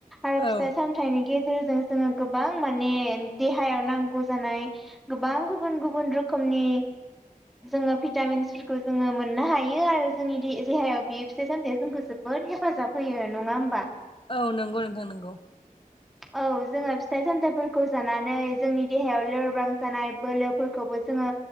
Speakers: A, in the centre; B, on the left (about 35°).
A: आरो फिथाइ
B: औ
A: सामथाइनि गेजेरजों जोङो गोबां माने देहायाव नांगौ जानाय गोबां गुबुन गुबुन रो खोमनि जोङो भिटामिन्सफोरखौ जोङो मोन नो हायो आरो जोंनि देहायाव बियो फिथाइ सामथाइया जोंखौ जोबोद हेफाजाब होयो नङा होमबा?
B: औ नंगौ नोंथां नंगौ।
A: औ जोङो फिथाइ सामथाइफोरखौ जानानै जोंनि देहायाव लोरबां जानाय बोलोफोरखौ जोङो